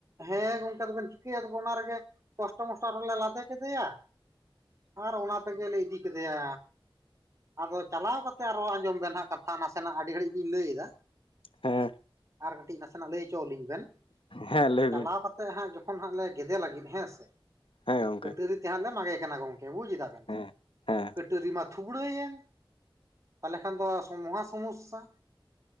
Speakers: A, on the right (about 35°); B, on the left (about 75°).
A: ᱦᱮᱸ ᱜᱚᱝᱠᱮ ᱟᱫᱚ ᱵᱮᱱ ᱪᱤᱠᱟᱹᱭᱟ ᱛᱚᱵᱮ ᱚᱱᱟ ᱨᱮᱜᱮ ᱠᱚᱥᱴᱚ ᱢᱚᱥᱴᱚ ᱟᱨᱚ ᱞᱮ ᱞᱟᱫᱮ ᱠᱮᱫᱮᱭᱟ ᱟᱨ ᱚᱱᱟ ᱛᱮᱜᱮᱞᱮ ᱤᱫᱤ ᱠᱮᱫᱮᱭᱟ ᱟᱫᱚ ᱪᱟᱞᱟᱣ ᱠᱟᱛᱮ ᱟᱨᱚ ᱟᱸᱡᱚᱢ ᱵᱮᱱ ᱦᱟᱸᱜ ᱠᱟᱛᱷᱟ ᱱᱟᱥᱮ ᱱᱟᱜ ᱟᱹᱰᱤ ᱜᱷᱟᱹᱲᱤᱡ ᱞᱤᱧ ᱞᱟᱹᱭ ᱮᱫᱟ
B: ᱦᱮᱸ
A: ᱟᱨ ᱠᱟᱹᱴᱤᱡ ᱱᱟᱥᱮ ᱱᱟᱜ ᱞᱟᱹᱭ ᱦᱚᱪᱚᱣᱟ ᱞᱤᱧ ᱵᱮᱱ
B: ᱦᱮᱸ ᱞᱟᱹᱭ
A: ᱪᱟᱞᱟᱣ
B: ᱵᱤᱱ
A: ᱠᱟᱛᱮ ᱦᱟᱜ ᱡᱚᱠᱷᱚᱱ ᱦᱟᱸᱜ ᱞᱮ ᱜᱮᱫᱮ ᱞᱟᱹᱜᱤᱫ ᱦᱮᱸᱥᱮ
B: ᱦᱮᱸ ᱜᱚᱝᱠᱮ
A: ᱠᱟᱹᱴᱟᱹᱨᱤ ᱛᱮᱦᱟᱸᱜ ᱞᱮ ᱢᱟᱜᱮ ᱠᱟᱱᱟ ᱜᱚᱝᱠᱮ ᱵᱩᱡ ᱫᱟᱵᱮᱱ
B: ᱦᱮᱸ ᱦᱮᱸ
A: ᱠᱟᱹᱴᱟᱹᱨᱤ ᱢᱟ ᱛᱷᱩᱵᱽᱲᱟᱹᱭᱮᱱ ᱛᱟᱦᱚᱞᱮ ᱠᱷᱟᱱ ᱫᱚ ᱥᱚ ᱢᱟᱦᱟᱥ <inaudible> ᱥᱚᱢᱚᱥᱥᱟ